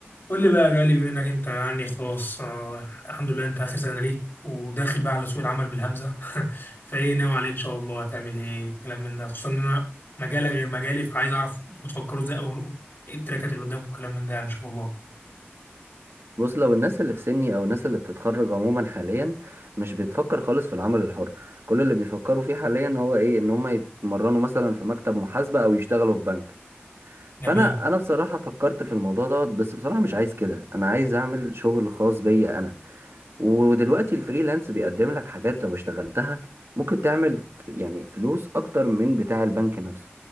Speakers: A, on the left; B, on the right.
A: قول لي بقى يا غالي بما انك انت يعني خلاص آه، الحمد لله انت اخر سنه ليك وداخل بقى على سوق العمل بالهمزه <laughs> فايه ناوي عليه ان شاء الله هتعمل ايه كلام من ده خصوصا ان انا مجالك غير مجالي فعايز اعرف انتوا بتفكروا ازاي او ايه التراكات اللي قدامكم كلام من ده يعني ان شاء الله
B: بص لو الناس اللي في سني او الناس اللي بتتخرج عموما حاليا مش بتفكر خالص في العمل الحر كل اللي بيفكروا فيه حاليا هو ايه ان هم يتمرنوا مثلا في مكتب محاسبة او يشتغلوا في بنك
A: جميل
B: فانا انا بصراحة فكرت في الموضوع دوت بس بصراحة مش عايز كده انا عايز اعمل شغل خاص بيا انا ودلوقتي الفريلانس بيقدم لك حاجات لو اشتغلتها ممكن تعمل ف- يعني فلوس اكتر من بتاع البنك نفسه